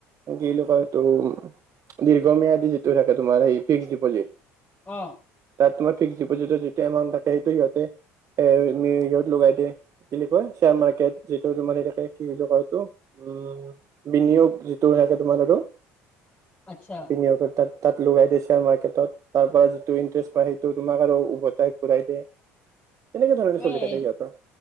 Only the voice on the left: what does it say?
অ,
আচ্ছা।
তুমি